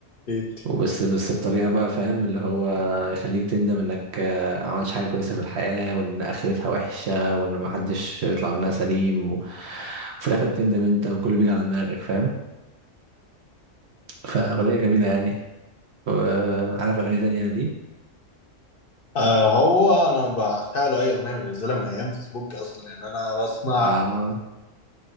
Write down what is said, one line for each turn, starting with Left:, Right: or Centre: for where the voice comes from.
Left: اكيد
Right: وبس بس بطريقه بقى فاهم اللي هو يخليك تندم انك آه، عملتش حاجه كويسه في الحياه وان اخرتها وحشه وان ما حدش بيطلع منها سليم و- وفي الاخر بتندم انت وكله بيجي على دماغك فاهم فاغنيه جميله يعني وعارف اغاني تانية ليه
Left: آه هو انا بعشق له اي اغنيه بينزلها من ايام فيسبوك اصلا يعني انا بسمع
Right: اه